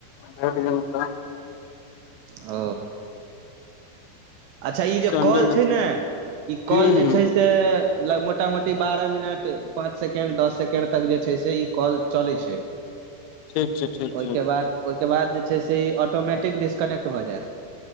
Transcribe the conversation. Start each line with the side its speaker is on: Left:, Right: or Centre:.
Left: भेट गेलऊ त
Right: ओ अच्छा ई जे
Left: संडे
Right: कॉल
Left: के
Right: छै ने ई
Left: हूं
Right: कॉल
Left: हूं
Right: जे छै से मोटा मोटी बारह मिनट पाँच सेकेण्ड दस सेकेण्ड तक जे छै से ई कॉल चलै छै
Left: ठीक छै ठीक
Right: ओय
Left: छै
Right: के बाद ओय के बाद जे छै से ई ऑटोमेटिक डिस्कनेक्ट भऽ जायत